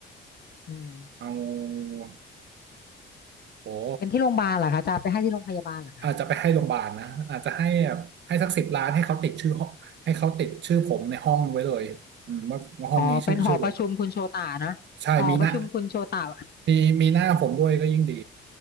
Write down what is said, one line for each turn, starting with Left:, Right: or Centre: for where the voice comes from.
Left: อืม
Right: เอาโอ้
Left: เป็นที่โรงพยาบาลเหรอคะจะเอาไปให้ที่โรงพยาบาลเหรอคะ
Right: อาจจะไปให้โรงพยาบาลนะอาจจะให้แบบให้สักสิบล้านให้เขาติดชื่อห้องให้เขาติดชื่อผมในห้องไว้เลยอืมว่าว่าห้องนี้ชื่อชื่อผม
Left: อ๋อเป็นหอประชุมคุณโชตานะหอประชุมคุณโชตา
Right: ใช่มีหน้ามีมีหน้าผมด้วยก็ยิ่งดี